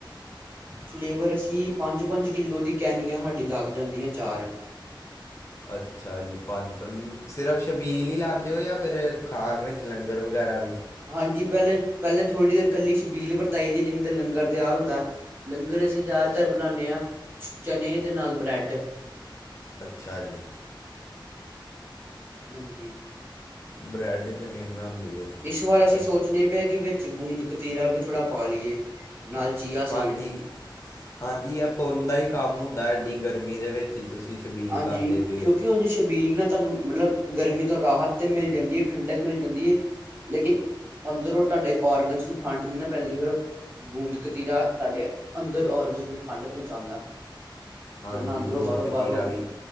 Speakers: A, on the right (about 30°); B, on the left (about 35°).
A: ਫਲੇਵਰ ਅਸੀਂ ਪੰਜ-ਪੰਜ ਕਿੱਲੋ ਦੀ ਕੈਨੀਆਂ ਸਾਡੀ ਲੱਗ ਜਾਂਦੀਆਂ ਚਾਰ।
B: ਅੱਛਾ ਜੀ ਪੰਜ ਸਿਰਫ ਛਬੀਲ ਈ ਲਾਂਦੇ ਓ ਯਾਂ ਫਿਰ ਖਾਣ ਵਿੱਚ ਲੰਗਰ ਵਗੈਰਾ ਵੀ
A: ਹਾਂਜੀ ਪਹਿਲੇ-ਪਹਿਲੇ ਥੋੜ੍ਹੀ ਦੇਰ ਕੱਲੀ ਛਬੀਲ ਵਰਤਾਈ ਦੀ ਜਿੰਨੀ ਦੇ ਲੰਗਰ ਤਿਆਰ ਹੁੰਦਾ ਲੰਗਰ ਅਸੀਂ ਜਾਦਾਤਰ ਬਣਾਦੇ ਆ ਚਨੇ ਤੇ ਨਾਲ ਬ੍ਰੈਡ।
B: ਅੱਛਾ ਜੀ।
A: ਹਾਂਜੀ।
B: ਬ੍ਰੈਡ ਚਨੇ ਬਣਾਉਂਦੇ ਹੋ
A: ਇਸ ਵਾਰ ਅਸੀਂ
B: ਅ
A: ਸੋਚਣੇ ਪਏ ਕਿ ਵਿੱਚ ਗੂੰਦ ਕਤੀਰਾ ਵੀ ਥੋੜ੍ਹਾ ਪਾ ਲਈਏ। ਨਾਲ ਚੀਆ ਸੀਡ
B: ਹਾਂਜੀ ਹਾਂਜੀ, ਆ ਪੁੁੰਨ ਦਾ ਹੀ ਕੰਮ ਹੁੰ ਏਡੀ ਗਰਮੀ ਦੇ ਵਿੱਚ ਤੁਸੀਂ ਛਬੀਲ
A: ਹਾਂਜੀ
B: ਲਾਉਂਦੇ ਪਏ
A: ਕਿਉਂਕਿ
B: ਹੋ
A: ੳੰਝ ਸ਼ਬੀਲ ਨਾਲ ਤੁਹਾਨੂੰ ਮਤਲਬ ਗਰਮੀ ਤੋਂ ਰਾਹਤ ਤੇ ਮਿਲ ਜਾਂਦੀ ਹੈ, ਠੰਡਕ ਮਿਲ ਜਾਂਦੀ ਹੈ ਲੇਕਿਨ ਅੰਦਰੋਂ ਤੁਹਾਡੇ ਔਰਗਨਸ ਨੂੰ ਠੰਢ ਨੀ ਪੈਂਦੀ ਫਿਰ ਗੂੰਦ ਕਤੀਰਾ ਤੁਹਾਡੇ ਅੰਦਰ ਔਰਗਨਸ ਨੂੰ ਠੰਢ ਪਹੁੰਚਾਉਂਦਾ।
B: ਹਾਂਜੀ
A: ਤੇ ਉਹਨਾ ਅੰਦਰੋਂ
B: ਗੂੰਦ
A: ਬਾਹਰੋ- ਬਾਹਰੋ
B: ਕਤੀਰਾ ਵੀ